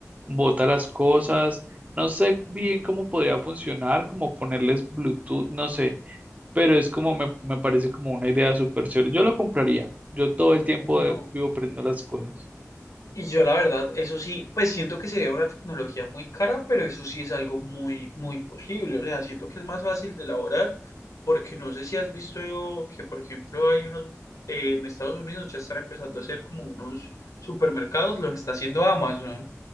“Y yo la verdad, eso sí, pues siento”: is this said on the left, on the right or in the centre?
Left